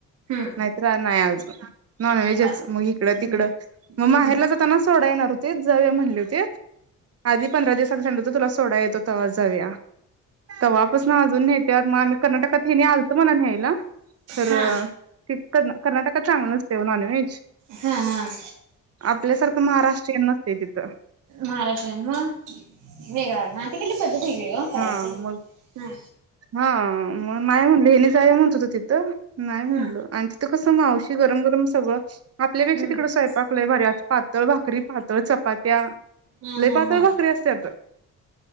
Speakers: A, on the right; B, on the right.
A: हम्म
B: नाहीत्रा नाही आजू नॉनव्हेजच
A: अ
B: मग हिकडं तिकड
A: हम्म
B: म बाहेरला
A: हम्म
B: जातना तोडायेणार होतीत, जवूया म्हणली होतीत. आदिप् <unintelligible> तूला सोडाय येतो तवा जाऊया. तवापस्नं आजून न्हेत्यात. मी आमी कर्नाटकात कनी आलतं मला न्ह्यायला. तीडं
A: हा
B: की कर्न कर्नाटकाचं चांगल् नस्तय ओ नॉनव्हेज.
A: हां-हां
B: आपल्यासारखं महाराष्ट्रीयन नसतंय तिथं
A: महाराष्ट्र म वेगळा हा तिकडली पद्धत वेगळी हो करायची
B: हा मु
A: हा
B: हा मग माय म्हणल लय जाय म्हणत होत तिथं नाही म्हणल
A: हा
B: आणि तिथं कसं मावशी गरम गरम सगळं आपल्यापेक्षा
A: हम्म
B: तिकड स्वयंपाक लय भारी अस पातळ भाकरी पातळ चपात्या
A: हा
B: लय
A: हा
B: पातळ
A: हा
B: भाकरी असत्यात